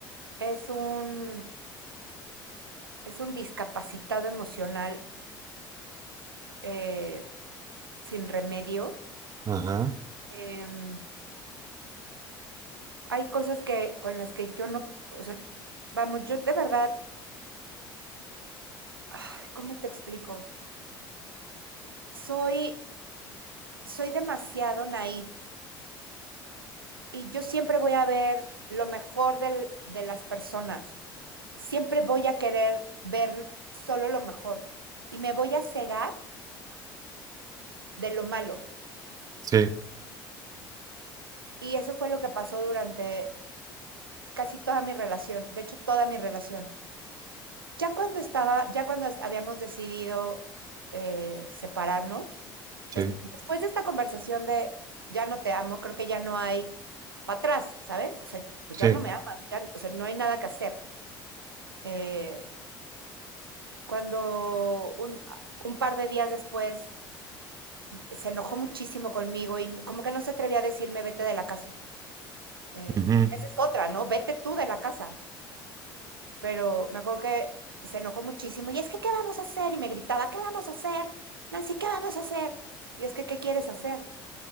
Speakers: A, on the right; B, on the right.
A: es un, es un discapacitado emocional eh, sin remedio.
B: Ajá,
A: Em, hay cosas que con las que yo no, o sea, vamos, yo de verdad, ay, ¿cómo te explico? Soy, soy demasiado naif Y yo siempre voy a ver lo mejor del- de las personas. Siempre voy a querer ver solo lo mejor. Y me voy a cegar de lo malo.
B: sí,
A: Y eso fue lo que pasó durante casi toda mi relación. De hecho, toda mi relación. Ya cuando estaba, ya cuando est- habíamos decidido eh, separarnos, des-
B: sí,
A: después de esta conversación de ya no te amo, creo que ya no hay para atrás, ¿sabes? O sea, pues
B: sí.
A: ya no me amas, ya, o sea, no hay nada que hacer. Eh, cuando un, ah, un par de días después se enojó muchísimo conmigo y como que no se atrevía a decirme vete de la casa. Eh,
B: ujú,
A: esa es otra, ¿no? Vete tú de la casa. Pero me acuerdo que se enojó muchísimo y es que, ¿qué vamos a hacer? Y me gritaba, ¿qué vamos a hacer? Nancy, ¿qué vamos a hacer? Y es que, ¿qué quieres hacer?